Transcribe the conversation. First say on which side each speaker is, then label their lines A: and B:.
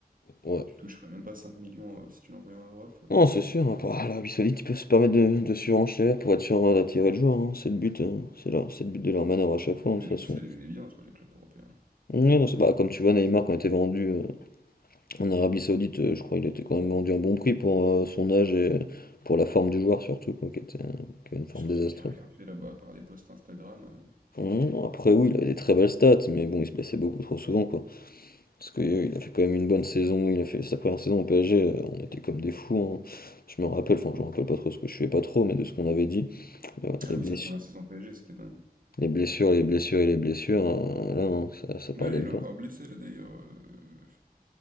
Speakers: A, on the left (about 65°); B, on the right (about 60°).
A: ouais.
B: alors que tu toucherais même pas 5 millions euh, si tu l'envoyais en Europe.
A: Non, c'est sûr, hein, par- l'Arabie Saoudite, ils peuvent se permettre de, de surenchère pour être sûr euh, d'attirer le joueur. hein, c'est le but, hein, c'est là, c'est le but de leur manœuvre à chaque fois, hein, de
B: Mais
A: toute façon.
B: du coup, ça les met bien, soit les clubs européens.
A: Ouais, non, c'est- bah, comme tu vois, Neymar, quand il était vendu euh, en Arabie Saoudite, euh, je crois qu'il était quand même vendu à un bon prix pour euh, son âge et euh, pour la forme du joueur, surtout, quoi, qui était, euh, qui a une forme
B: Surtout
A: désastreuse.
B: qu'il a rien fait là-bas, à part des posts Instagram. euh.
A: Mmh, après oui, il avait des très belles stats, mais bon, il se blessait beaucoup trop souvent, quoi. Parce que euh, il a fait quand même une bonne saison, il a fait sa première saison au PSG, euh, on était comme des fous, hein. Je me rappelle, enfin je me rappelle pas trop ce que je fais pas trop, mais de ce qu'on avait dit, euh,
B: Ah
A: les
B: oui,
A: blessures,
B: sa première saison PSG, c'était dingue.
A: les blessures, les blessures et les blessures, euh, là, hein, ça, ça pardonne
B: Mais là, il est
A: pas.
B: encore blessé, là, d'ailleurs, euh,